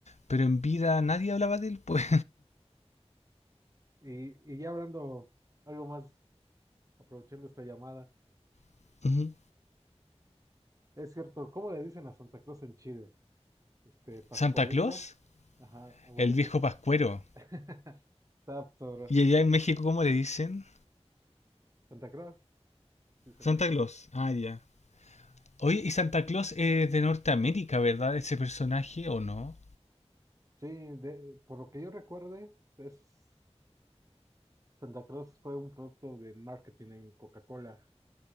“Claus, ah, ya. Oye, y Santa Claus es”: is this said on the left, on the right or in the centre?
Left